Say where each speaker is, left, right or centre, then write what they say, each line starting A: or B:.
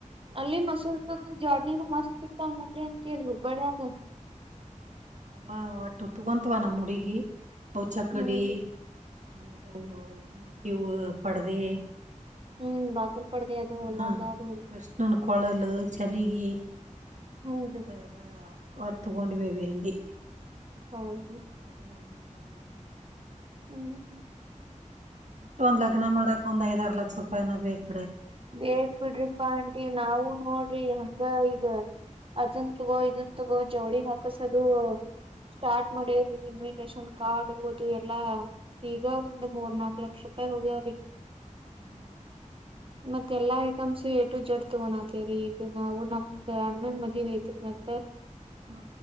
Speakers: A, on the right (about 45°); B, on the right (about 65°).
A: ಅಲ್ಲಿ ಮಸರು ಇರ್ತದ್ದು ಜರ್ನಿನ ಮಸ್ತ್ ಸಿಕ್ತಾವ ನೋಡ್ರಿ ಆಂಟಿ ಅಲ್ಲಿ ಹುಬ್ಬ್ಯಾಗ್ <unintelligible>
B: ಹಾ ಒಟ್ಟು ತಗೊಂತವಾ ನಮ್ಮ ಹುಡಗಿ ಪೌಚಕ್ಕಡಿ
A: ಹುನ್ರಿ
B: ಆಮೇಲೆ ಅವ ಇವ ಪಡದೆ
A: ಹ್ಮ್ ಬಾಗಲ್ ಪಡ್ಡೆ ಅದು ಎಲ್ಲಾ
B: ಹಾ
A: ಅದಾವ್ರಿ ಅಲ್ಲಿ
B: ಕೃಷ್ಣನ್ ಕೊಳಲು ಚರಗಿ <unintelligible>
A: ಹುನ್ರಿ
B: ಹಿಂತವ ಎಲ್ಲಾ ಒ <unintelligible> ತಗೊಂಡ ಅವಿ ಅಲ್ಲಿ
A: ಹೌದ್ರಿ
B: ಹತ್ತ ಮ್ಯಾಮು, ಚೂಟ ಉದ್ದ ಇಲ್ಲ <unintelligible>
A: ಹೂ ಹು
B: ಒಟ್ಟ ಒಂದ್ ಲಗ್ನ ಮಾಡಕ್ ಒಂದ್ ಐದಾರು ಲಕ ಲಕ್ಷ ರುಪೈನ ಬೇಕ <unintelligible>
A: ಬೇಕ ಬಿಡ್ರಿಪಾ ಆಂಟಿ ನಾವು ನೋಡ್ರಿ ಹಂಗ ಗ ಅದನ್ ತಗೋ ಇದನ್ ತಗೋ ಜವಳಿ ಹಾಕಸದು ಸ್ಟಾರ್ಟ್ ಮಾಡೇರಿ ಇನ್ವಿಟೇಶನ್ ಕಾರ್ಡ್ ಹದು ಎಲ್ಲಾ ಈಗ ಒಂದ್ ಮೂರ್ ನಾಲ್ಕ ಲಕ್ಷ ರೂಪಾಯಿ ಹೋಗ್ಯವ್ರಿ,
B: ಹು <unintelligible>
A: ಮತ್ತ ಎಲ್ಲಾ ಐಟಮ್ಸ್ ಎ ಎಟು ಝೆಡ್ ತೊಗೋನಾತೇವ್ರೀ ಈಗ ನಾವು ನಮ್ಮ ಅಣ್ಣನ ಮದವಿ ಐತ್ರಿ ಮತ್ತ
B: ಹ